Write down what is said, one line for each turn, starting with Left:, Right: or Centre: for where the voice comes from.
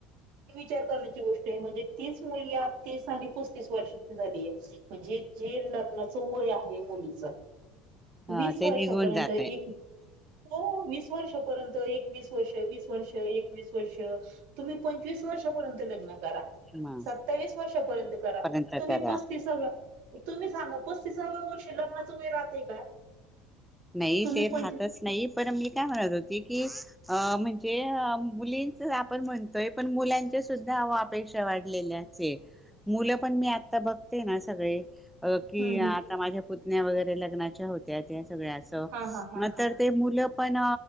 Right: विचार करण्याची गोष्ट म्हणजे तीच मुली आ तीस आणि पस्तीस वर्षाची झाली आहे म्हणजे जे लग्नाचं वय आहे मुलीच
Centre: हा
Right: वीस
Centre: ते
Right: वर्षापर्यंत
Centre: निघून जाते
Right: एक हो वीस वर्षापर्यंत एकवीस वर्ष वीस वर्ष एकवीस वर्ष तुम्ही पंचवीस वर्षापर्यंत लग्ना करा
Centre: ह
Right: सत्तावीस वर्षापर्यंत करा
Centre: पर्यंत
Right: तुम्ही
Centre: करा
Right: पस्तीस तुम्ही सांगा पस्तीसाव वर शिीलगनाच वे राहते का
Centre: नाही
Right: तुम्ही
Centre: ते
Right: पंचवी
Centre: राहतच नाही पण मी काय म्हणत होती की अ म्हणजे मुलींच आपण म्हणतोय पण मुलांच्या सुद्धा अपेक्षा वाढलेल्या आहेत मुलं पण मी आता बघते ना सगळे अ कि
Right: हं हं
Centre: आता माझ्या पुतण्या् वगैरे लग्नाच्या होत्या त्या सगळ्यांचं
Right: हा हा हा
Centre: नंतर
Right: हा.
Centre: ते मुलं पण